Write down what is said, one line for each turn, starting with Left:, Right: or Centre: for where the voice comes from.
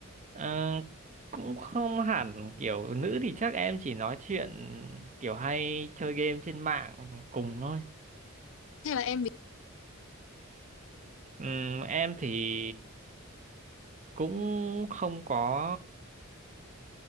Right: Ờ, cũng không hẳn kiểu nữ thì chắc em chỉ nói chuyện kiểu hay chơi game trên mạng cùng thôi
Left: Hay là em
Right: Ừm, em thì cũng không có